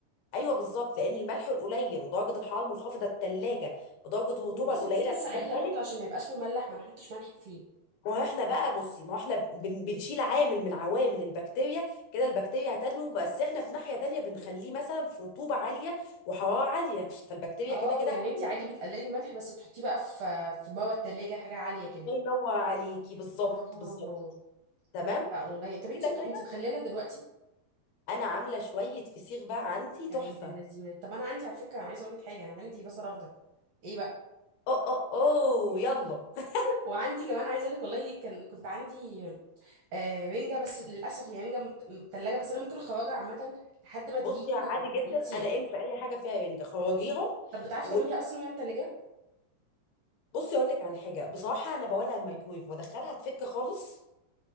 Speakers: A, on the left; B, on the right.
A: ايوه بالظبط لان الملح القليل ودرجه الحراره المنخفضه الثلاجه ودرجه الرطوبه
B: مم، بس
A: القليله
B: انت لسه
A: اللي
B: قايله
A: اتدخلت
B: برضه عشان ما يبقاش مملح ما نحطش ملح كتير
A: ما هو احنا بقى بصي ما هو احنا بن بنشيل عامل من عوامل البكتيريا كده البكتيريا هتنمو بس احنا في ناحيه تانية بنخليه مثلا في رطوبه عاليه وحراره عاليه فالبكتيريا
B: اه
A: كده كده
B: يعني
A: هتنمو.
B: انت عادي بتقللي الملح بس بتحطيه بقى في في بره التلاجة حاجه عاليه كده
A: الله ينور عليكي بالظبط
B: اه
A: بالظبط تمام
B: لا والله طب انت
A: كده كده
B: انت مخلله دلوقتي
A: انا عامله شويه فسيخ بقى عندي تحفه
B: يا بنت اللذينه طب انا عندي على فكره انا عايزه اقول لك حاجه انا عندي بصل اخضر ايه بقى
A: اه اه اوه يلا <laughs>
B: وعندي كمان عايزه اقول لك والله كان كنت عندي آه رنجه بس للاسف هي رنجه مت- متلجه بس انا ممكن اخرجها عامه لحد ما تجيلي
A: بصي عادي
B: و-
A: جدا
B: وتسيح
A: انا ان في اي حاجه فيها رنجة خرجيها
B: طب بتعرفي
A: و
B: تعمليها اصلا وهي متلجه
A: بصي اقول لك على حاجه بصراحه انا بولع الميكرويف وادخلها تفك خالص